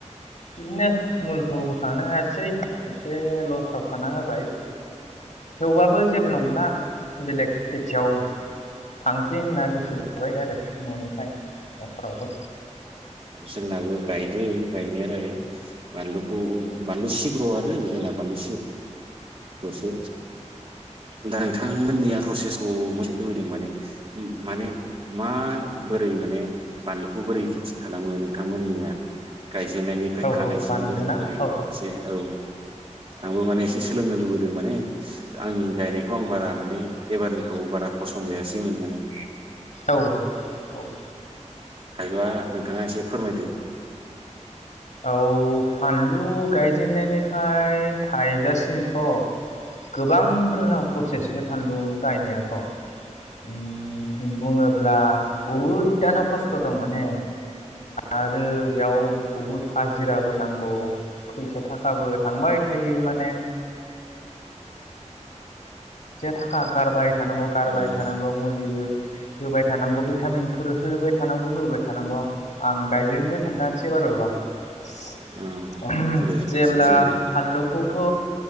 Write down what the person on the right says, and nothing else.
जोंनाबो गायदों गायनायालाय बानलुखौ बानलु सिब्र' आरो जोंना बानलु सिब्र' जसो दा नोंथांमोननिया प्रसेसखौ मोनोजनो लुबैदों माने माने मा बोरै माने बानलुखौ बोरै खेथि खालामो नोंथांमोननिया गायजेननायनिफ्राय
खानायसिम
बोरै
बोरै
एसे औ आंबो माने एसे लुबैदों माने। आंनि गायनायखौ आं बारा माने एबारनिखौ बारा फस खनजायासैमोन माने।
हायोबा नोंथाङा एसे फोरमायदो।
उम
अ दे
एसे बुंदो